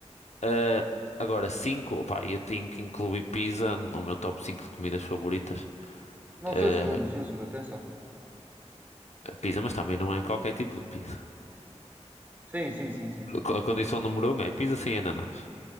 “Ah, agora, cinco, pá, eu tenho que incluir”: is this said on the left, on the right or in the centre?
Left